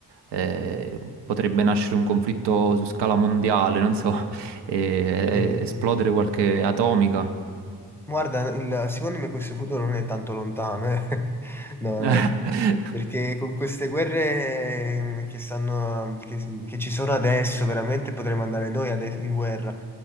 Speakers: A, on the right; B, in the centre.
A: eh, potrebbe nascere un conflitto su scala mondiale, non so, <laughs> eh,
B: Sì,
A: esplodere
B: sì.
A: qualche atomica.
B: Guarda, il- secondo me questo futuro non è tanto lontano, eh. <laughs> No, no,
A: <laughs>
B: sì. perché con queste guerre eh, che stanno, che, che ci sono adesso, veramente potremmo andare noi ade- in guerra.